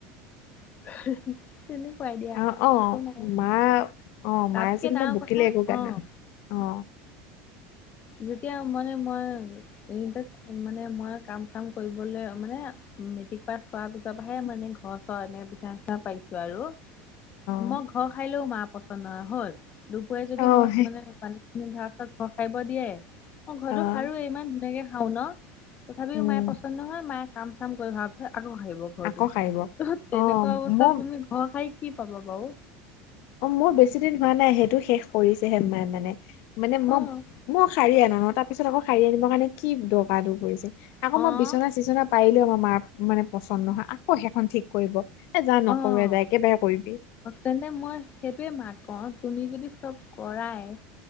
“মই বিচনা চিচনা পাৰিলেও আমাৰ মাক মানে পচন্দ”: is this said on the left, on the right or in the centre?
Left